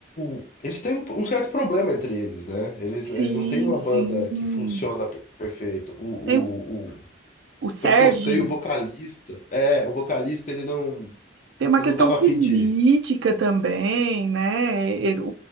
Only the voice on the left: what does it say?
o- eles têm um um certo problema entre eles, né? Eles,
eles não têm uma
banda que funciona per- perfeito. O,
o, o,
pelo que eu sei, o vocalista, é, o vocalista ele não,
ele
não tava
afim de ir.